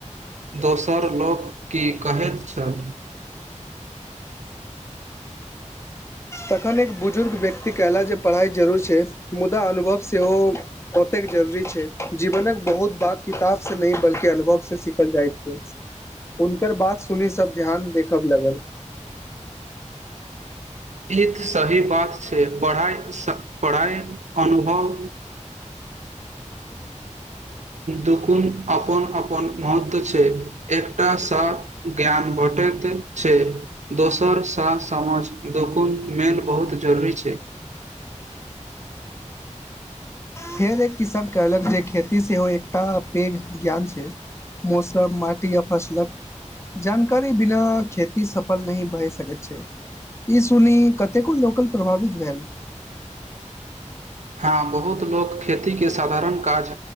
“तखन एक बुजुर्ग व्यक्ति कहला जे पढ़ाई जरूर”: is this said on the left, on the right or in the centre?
Left